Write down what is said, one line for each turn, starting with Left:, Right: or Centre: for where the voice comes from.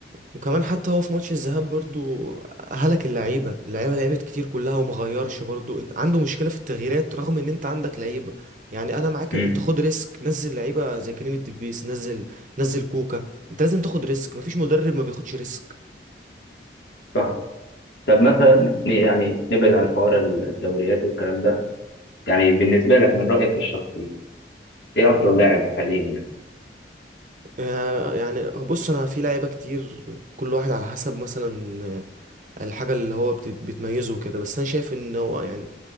Right: وكمان حتى هو في ماتش الذهاب برضو هلك اللعيبه اللعيبه لعبت كتير كلها وما غيرش برضو انت عنده مشكله في التغييرات رغم ان انت عندك لعيبه يعني انا معاك
Left: امم
Right: انت خد ريسك نزل لعيبه زي كريم الدبيس نزل نزل كوكا انت لازم تاخد ريسك مفيش مدرب ما بياخدش ريسك
Left: صح طب مثلا ن- يعني نبعد عن حوار الدوريات والكلام ده يعني بالنسبة لك من رأيك الشخصي إيه أفضل لاعب حاليا يعني
Right: آه، يعني بص انا في لعيبه كتير كل واحد على حسب مثلا آه، الحاجه اللي هو بت- بتميزه كده بس انا شايف ان هو يعني